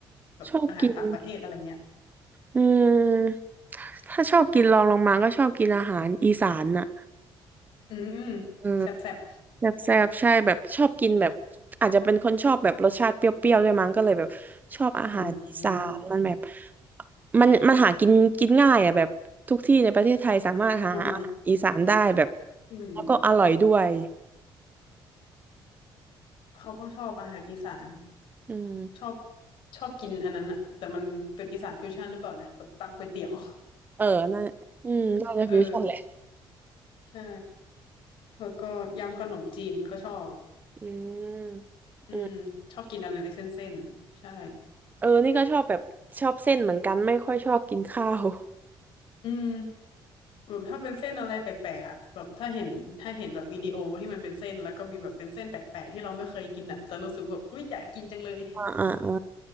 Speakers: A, on the left; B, on the right.
A: แบบอาหารต่างประเทศอะไรเงี้ย
B: ชอบกิน อืมถ้าชอบกินรองลงมาก็ชอบกินอาหารอีสานน่ะ
A: อืม
B: เออ
A: แซ่บแซ่บ
B: แซ่บๆใช่แบบชอบกินแบบอาจจะเป็นคนชอบแบบรสชาติเปรี้ยวๆด้วยมั้งก็เลยแบบชอบอาหารอีสานมันแบบ
A: อืม
B: มันมันหากินกินง่ายอ่ะแบบทุกที่ในประเทศไทยสามารถหาอาหารอีสานได้แบบ
A: อืมอือฮึอืม
B: แล้วก็อร่อยด้วย
A: เขาก็ชอบอาหารอีสาน
B: อืม
A: ชอบชอบกินอันนั้นอะแต่มันเป็นอีสานฟิวชั่นหรือเปล่านะแบบตำก๋วยเตี๋ยว
B: เออน่าอืมน่าจะฟิวชั่นแหละ
A: <laughs> เออใช่แล้วก็ยำขนมจีนก็ชอบ
B: อืม
A: อืมชอบกินอะไรเส้นๆใช่
B: อืมเออนี่ก็ชอบแบบชอบเส้นเหมือนกัน ไม่ค่อยชอบกินข้าว
A: อืมแบบถ้าเป็นเส้นอะไรแปลกๆอ่ะแบบถ้าเห็นถ้าเห็นแบบวิดีโอที่มันเป็นเส้นแล้วก็มีแบบเป็นเส้นแปลกๆที่เราไม่เคยกินอ่ะจะรู้สึกแบบอุ้ยอยากกินจังเลย
B: <laughs> อ่าอ่าอ่า